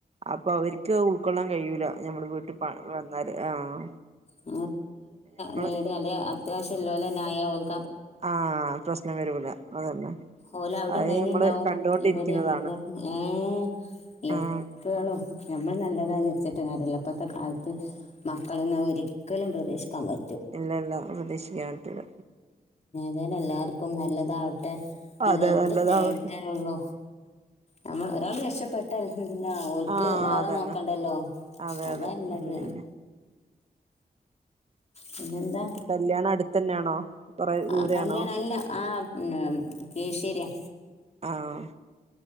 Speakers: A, on the right; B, on the left.
A: അപ്പൊ അവർക്ക് ഉൾക്കൊള്ളാൻ കഴിയൂല ഞമ്മള് വീട്ടിൽ വന്നാല് ആഹ്
B: <unintelligible>
A: നമ്മള്
B: മിഡിയ അല്ലേ ത്യവിഷ ഇല്ലല്ലോന്ന ആയ ഓല്
A: ആഹ് പ്രശ്നം വരൂല അതന്നെ
B: ഓല് അവിടയും
A: അത്
B: കഴിഞ്ഞുണ്ടാവും
A: നമ്മള് കണ്ടോണ്ടിരിക്കുന്നതാണ്
B: ഇവിടെ മ്മൾ ഏഹ് എപ്പോളും
A: ആഹ്
B: ഞമ്മൾ നല്ലതായി സെട്ട്ന്നട്ട്ല്ല ഇപ്പത്ത കാല് ത്ത് മക്കളെന്ന ഒരു ക്കലും പ്രതീക്ഷിക്കാൻ പ
A: ഇല്ലില്ല പ്രതീക്ഷിക്കൻ പറ്റൂല
B: അതന്നെ എല്ലാവർക്കും നല്ലതാവട്ടെ ല്ല
A: അതെ
B: ഒറ്റ
A: നല്ലതാവട്ടെ
B: തേട്ടെ ഉള്ളൂ നമ്മൾ രാൾ രക്ഷപെട്ടല്ലോ തില്ല ഓൾക്ക്
A: ആഹ്
B: വേറെ
A: അതന്നെ
B: നോക്കണ്ടല്ലോ
A: അതെ
B: അതല്ലത്
A: അതെ ഉം
B: പിന്നെന്താ
A: കല്യാണം അടുത്തന്നെയാണോ കൊറെ ദൂരെയാണോ
B: ആ കല്യാണം അല്ല ആ പിന്ന കേശ്ശേരിയാ
A: ആഹ്